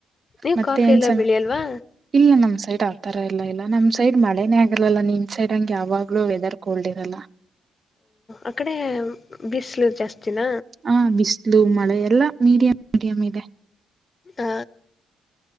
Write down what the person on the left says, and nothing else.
ನೀವು
ಕಾಫಿ
ಎಲ್ಲ
ಬೆಳೆಯಲ್ವಾ
ಅಕ್ಕಡೆ ಬಿಸಲು ಜಾಸ್ತಿನ
ಹ